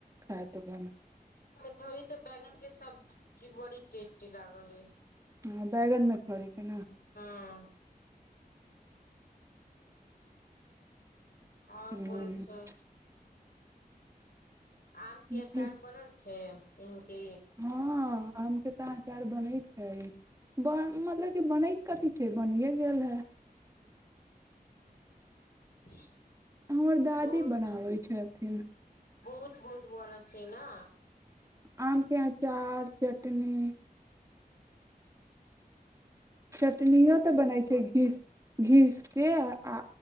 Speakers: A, on the right; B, on the left.
A: खैत <unintelligible>
B: <unintelligible> तऽ बैगन के सब्जी बड़ी टेस्टी लागल ए।
A: हां बैगनमे फड़य के नै।
B: हां। और
A: तब
B: बोलै छै। आम के अचार
A: ठीक
B: बनल छै। ईहो की
A: हँ आमके तऽ अचार बनै छै बन मतलब कि बनैत कथी छै बनिए गेल हय।
B: <inaudible>
A: हमर दादी
B: बहुत
A: बनाबै छै। तीन
B: बहुत बहुत बनै छै न। <inaudible>
A: आम के अचार, चटनी चटनियों तऽ बनै छै घीस घीस के आ